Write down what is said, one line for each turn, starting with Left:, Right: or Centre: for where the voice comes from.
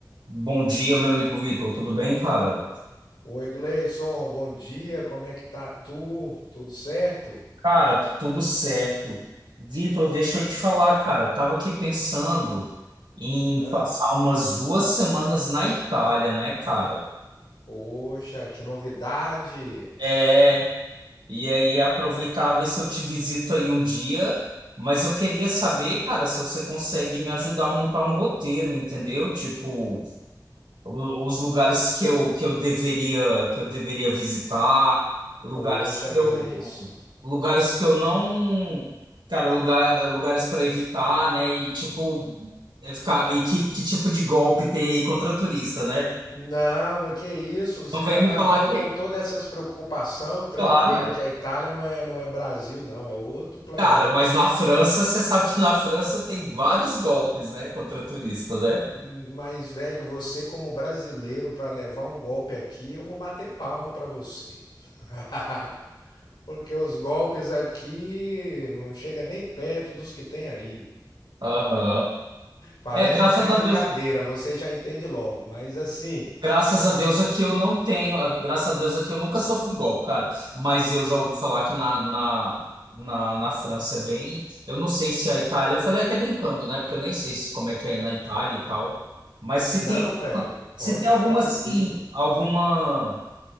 Right: Bom dia, meu amigo Vitor. Tudo bem, cara?
Left: Oi, Gleison, bom dia, como é que tá tu? Tudo certo?
Right: Cara, tudo certo. Vitor, deixa eu te falar, cara. Tava aqui pensando em
Left: Ah,
Right: passar umas duas semanas na Itália, né, cara?
Left: poxa, que novidade!
Right: É, e aí aproveitar ver se eu te visito aí um dia. Mas eu queria saber, cara, se você consegue me ajudar a montar um roteiro, entendeu? Tipo. o- os lugares que eu, que eu deveria que eu deveria visitar, lugares
Left: Poxa,
Right: que
Left: Gleison.
Right: eu lugares que eu não, cara, lugar, lugares para evitar, né? E tipo é ficar e que, que tipo de golpe tem aí contra turista, né?
Left: Não, mas que isso, você
Right: Não vem
Left: já
Right: me
Left: tá
Right: falar
Left: vindo
Right: que
Left: com
Right: é
Left: todas essas preocupações, tranquilo
Right: claro, é.
Left: que a Itália não é, não é Brasil, não, é outro planeta.
Right: Cara, mas na França, você sabe que na França tem vários golpes, né, contra turista, né?
Left: Mas, velho, você como brasileiro, pra levar um golpe aqui, eu vou bater palma pra você. <laughs> Porque os golpes aqui não chega nem perto dos que tem aí.
Right: Aham.
Left: Parece
Right: É, graças
Left: até brincadeira,
Right: a Deus
Left: você já entende logo, mas assim,
Right: Graças a Deus aqui eu não tenho, ah, graças a Deus aqui eu nunca sofri golpe, cara. Mas eu já ouvi falar que na, na, na, na França é bem. Eu não sei se a Itália, eu falei até brincando, né? Porque eu nem sei se, como é que é na Itália e tal. Mas se
Left: não,
Right: tem,
Left: velho,
Right: se
Left: pode
Right: tem
Left: ficar
Right: alguma,
Left: tranquilo.
Right: assim, alguma.